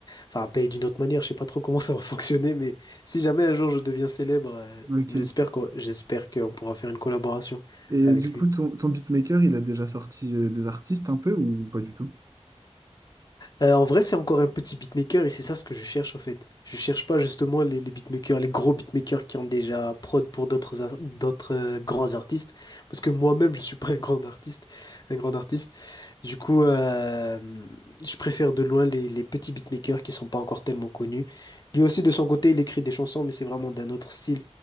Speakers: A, on the left (about 35°); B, on the right (about 30°).
A: Enfin, payer d'une autre manière, je sais pas trop comment ça va fonctionner, mais si jamais un jour je deviens célèbre, euh,
B: Ok.
A: j'espère qu'on, j'espère qu'on pourra faire une collaboration
B: Et
A: avec
B: du coup,
A: lui.
B: ton, ton beatmaker, il a déjà sorti euh, des artistes un peu ou pas du tout?
A: Euh, en vrai, c'est encore un petit beatmaker et c'est ça ce que je cherche en fait. Je cherche pas justement les, les beatmakers, les gros beatmakers qui ont déjà prod pour d'autres ar- d'autres euh, grands artistes, parce que moi-même je suis pas un grand artiste, un grand artiste. Du coup, euh, je préfère de loin les, les petits beatmakers qui sont pas encore tellement connus. Lui aussi de son côté, il écrit des chansons, mais c'est vraiment d'un autre style.